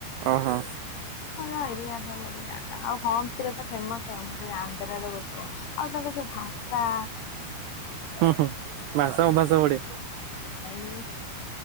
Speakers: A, on the right; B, on the left.
A: ଓ ହୋ
B: ହ ଏରିଆ ଭଲ ବି ଜାଗା ଆଉ ହରେ ତ ଫେମସ ଆଉ ମୁଁ କହିଲି ଆନ୍ଧ୍ର ର ଗୋଟେ ଆଉ ତା ଭାଷା
A: ହୁଁ ହୁଁ ଭାଷା ଅଭାଷା ବଢିଆ।
B: <unintelligible> <unintelligible>